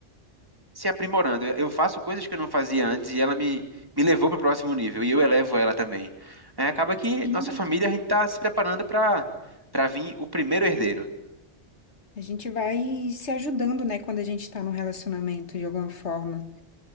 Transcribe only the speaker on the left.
Sim.
A gente vai se ajudando, né, quando a gente tá num relacionamento de alguma forma.